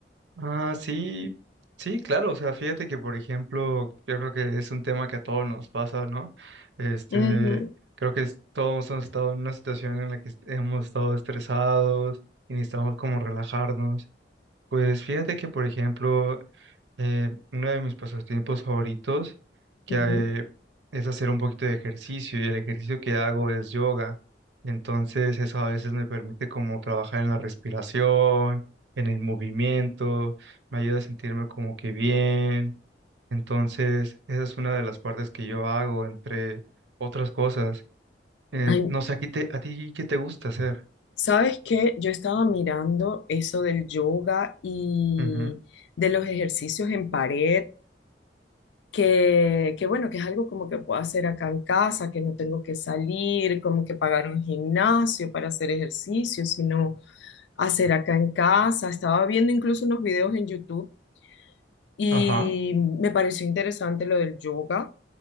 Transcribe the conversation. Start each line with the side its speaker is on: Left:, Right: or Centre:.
Right: Ah, sí, sí, claro, o sea, fíjate que por ejemplo, yo creo que es un tema que a todos nos pasa, ¿no? Este,
Left: Ujú,
Right: creo que es- todos hemos estado en una situación en la que est- hemos estado estresados y necesitamos como relajarnos. Pues fíjate que por ejemplo, Eh, uno de mis pasatiempos favoritos que
Left: ujú.
Right: eh, es hacer un poquito de ejercicio y el ejercicio que hago es yoga. Entonces eso a veces me permite como trabajar en la respiración, en el movimiento, me ayuda a sentirme como que bien. Entonces esa es una de las partes que yo hago entre otras cosas. Eh,
Left: Ay,
Right: no sé, ¿a ti, te- a ti qué te gusta hacer?
Left: ¿sabes qué? Yo estaba mirando eso del yoga y
Right: Ujú.
Left: de los ejercicios en pared. que, que bueno, que es algo como que puedo hacer acá en casa, que no tengo que salir, como que pagar un gimnasio para hacer ejercicio, sino hacer acá en casa. Estaba viendo incluso unos videos en YouTube y
Right: Ajá.
Left: me pareció interesante lo del yoga,